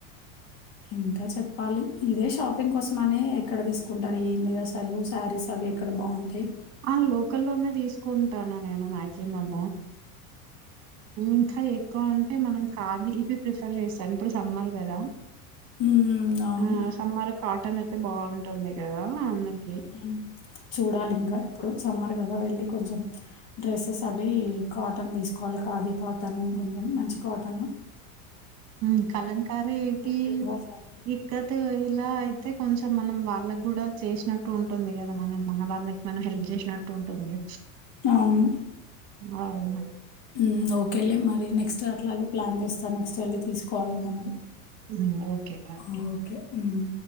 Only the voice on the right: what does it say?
ఆ లోకల్లోనే తీసుకుంటా. ట నేను మజ్జిమం ఇంకా ఎక్ క్కువ అంటే మనం ఖాదీ ఇవి ప్రిఫర్ చేస్తాం, ఇప్పుడు సమ్మర్ గదా
ఆ సమ్మార్ కాట్ టన్ అయితే బావుంటుంది గదా అందుక్
హ్మ్ కలంకారి ఈ
ఇక్కతు ఇలా అయిప్ తే కొంచం మనం వాళ్ళగ్గుడా చేసినట్టు ఉంటుంది కదా, మనం మన వాళ్ళకి మనం హెల్ప్ జేసినట్టు ఉంటుంది.
బావుంద?
హ్మ్. ఓకే బాయ్